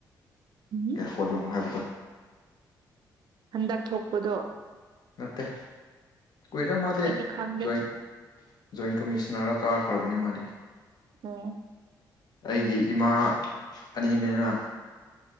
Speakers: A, on the right; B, on the left.
A: <unintelligible>
B: ꯍꯣꯠꯂꯣꯡ ꯍꯥꯏꯕꯗꯣ
A: ꯍꯟꯗꯛ ꯊꯣꯛꯄꯗꯣ
B: ꯅꯠꯇꯦ ꯀꯨꯏꯔ‌ꯦ ꯃꯥꯗꯤ
A: ꯑꯩꯗꯤ ꯈꯪꯗꯦ
B: ꯖꯣꯏꯟ ꯖꯣꯏꯟ ꯀꯃꯤꯁꯅꯔ ꯀꯥꯈ꯭ꯔꯕꯅꯦ ꯃꯥꯗꯤ
A: ꯑꯣ
B: ꯑꯩꯒꯤ ꯏꯃꯥ ꯑꯅꯤꯅ‌ꯦꯅ